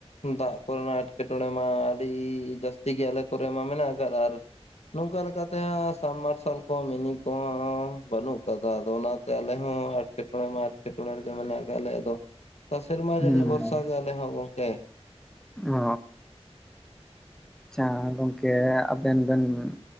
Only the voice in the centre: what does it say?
ᱦᱩᱸ
ᱦᱩᱸ
ᱚ ᱟᱪᱷᱟ ᱜᱚᱢᱠᱮ ᱟᱵᱮᱱ ᱵᱮᱱ-